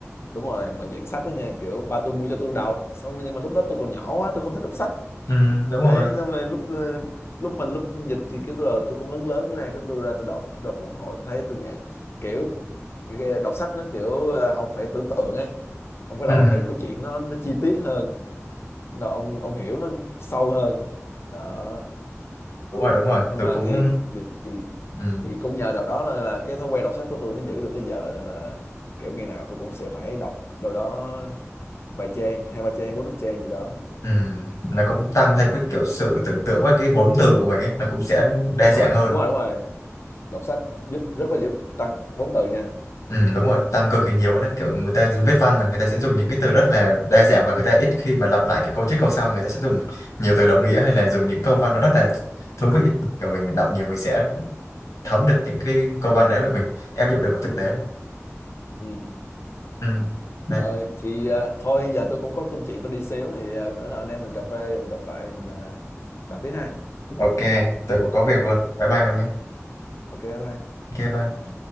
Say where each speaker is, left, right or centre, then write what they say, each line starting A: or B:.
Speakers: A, on the left; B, on the left.
A: đúng rồi mà dạng sách đó nha kiểu ba tôi mua cho tôi đọc xong rồi nhưng mà lúc đó tôi còn nhỏ quá tôi không thích đọc sách
B: ừ đúng
A: đấy
B: rồi
A: xong rồi lúc ờ, lúc mình lúc dịch thì cái tôi là tôi cũng lớn lớn ra cái tôi ra tôi đọc đọc một hồi thấy tôi nghe kiểu cái đọc sách nó kiểu ờ, ông phải tưởng tượng ấy ông bắt
B: ừ
A: đầu ông thấy câu chuyện nó nó chi tiết hơn bắt đầu ông ông hiểu nó sâu hơn đó
B: đúng rồi đúng rồi
A: nhưng
B: tôi
A: mà
B: cũng
A: thì thì,
B: ừ.
A: thì cũng nhờ đợt đó là, là cái thói quen đọc sách của tôi nó giữ được tới giờ nên là kiểu ngày nào tôi cũng sẽ phải đọc đâu đó vài trang hai ba trang bốn năm trang gì đó
B: Ừ. Nó cũng tăng
A: đấy.
B: thêm cái kiểu sự tưởng tượng với cái vốn từ của mình ấy nó cũng sẽ đa
A: đúng
B: dạng
A: rồi
B: hơn
A: đúng rồi đúng rồi đọc sách giúp rất là giúp tăng vốn từ nha
B: Ừ, đúng rồi, tăng cực kỳ nhiều nữa kiểu người ta viết văn mà người ta sẽ dùng những cái từ rất là đa dạng và người ta ít khi mà lặp lại kiểu câu trước câu sau người ta sẽ dùng nhiều từ đồng nghĩa hay là dùng những câu văn nó rất là thú vị kiểu mình đọc nhiều mình sẽ thấm được những cái câu văn đấy mà mình áp dụng được vào thực tế luôn.
A: ừ.
B: ừ. đấy
A: rồi thì à, thôi giờ tôi cũng có công chuyện tôi đi xíu thì à, nữa nào anh em mình cà phê mình gặp lại mình à, bàn tiếp ha
B: ok tôi cũng có việc luôn bye bye ông nhé
A: ok bye
B: ok bye